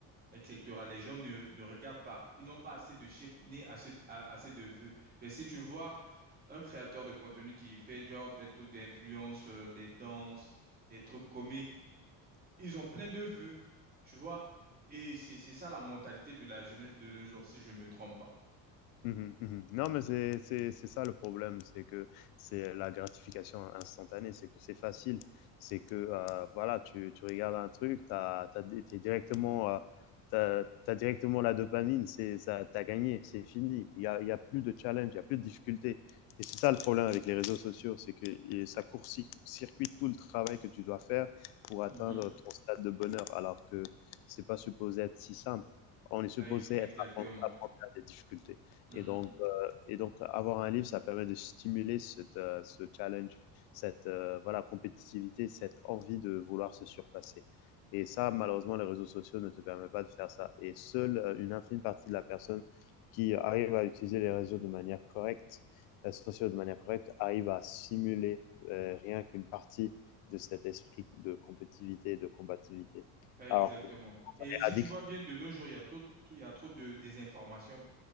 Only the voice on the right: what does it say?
etc. Les gens ne, ne regardent pas. Ils n'ont pas assez de chiffres ni assez, a- assez de vues. Mais si tu vois, Un créateur de contenu qui fait genre des trucs d'influence, euh, des danses, des trucs comiques. Ils ont plein de vues, tu vois. Et c'est c'est ça la mentalité de la jeunesse de nos jours, si je ne me trompe pas.
Mhm.
Ex- Exactement.
Mhm.
Exactement.
Et
si
tu vois bien, de nos jours, il y a trop, il y a trop de désinformation